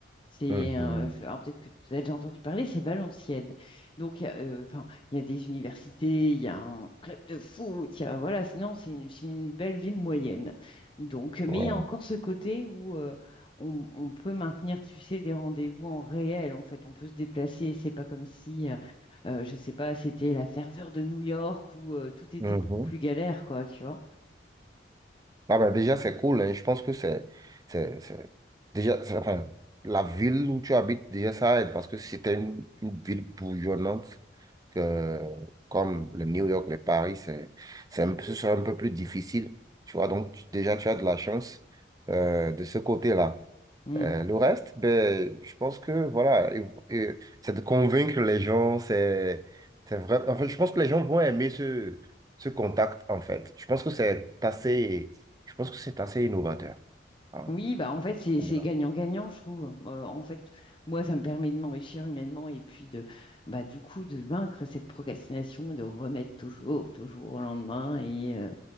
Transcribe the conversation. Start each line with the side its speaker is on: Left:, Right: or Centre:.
Left: C'est,
Right: Mhm.
Left: euh, je- alors peut-être que tu as déjà entendu parler, c'est Valenciennes. Donc, euh, enfin, il y a des universités, il y a un club de foot, il y a, voilà. c'est- Non, c'est une, c'est une belle ville moyenne. Donc, euh, mais
Right: Ouais.
Left: il y a encore ce côté où euh, on, on peut maintenir, tu sais, des rendez-vous en réel. En fait, on peut se déplacer. C'est pas comme si euh, euh, je sais pas, c'était la ferveur de New York où euh, tout était
Right: Mhm.
Left: beaucoup plus galère, quoi, tu vois.
Right: Ah ben déjà, c'est cool. hein. Je pense que c'est, c'est, c'est- déjà, c'est- enfin, la ville où tu habites, déjà, ça aide parce que si t'es une, une ville bourgeonnante que, comme le New York, le Paris, c'est, c'est un peu, ce serait un peu plus difficile. Tu vois, donc, tu- déjà, tu as de la chance euh, de ce côté-là.
Left: Mm.
Right: Euh, le reste, ben, je pense que voilà, et- et c'est de convaincre les gens, c'est c'est vrai. En fait, je pense que les gens vont aimer ce, ce contact, en fait. Je pense que c'est assez, je pense que c'est assez innovateur, hein,
Left: Oui, bah en fait, c'est
Right: à
Left: c'est
Right: mon
Left: gagnant-gagnant,
Right: avis.
Left: je trouve. Euh, en fait, moi, ça me permet de m'enrichir humainement et puis de, bah, du coup, de vaincre cette procrastination et de remettre toujours, toujours au lendemain et, euh,